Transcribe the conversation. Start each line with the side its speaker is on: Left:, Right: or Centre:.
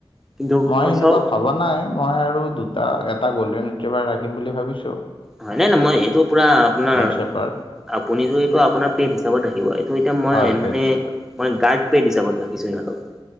Centre: কিন্তু
Left: মই
Centre: খৰচাও
Left: এনেকুৱা ভবা নাই মই আৰু দুটা এটা গল্ডেন ইউট্ৰভাৰ ৰাখিম বুলি ভাবিছোঁ
Centre: হয় নাই নাই মই এইটো পুৰা আপোনাৰ
Left: চেপাৰ্ড।
Centre: আপুনি যে এইটো আপোনাৰ পেড হিচাপত ৰাখিব এইটো এতিয়া মই
Left: হয় পেড
Centre: মানে
Left: হিচাপে।
Centre: মই গাৰ্ড পেড হিচাপত ৰাখিছো সিহতক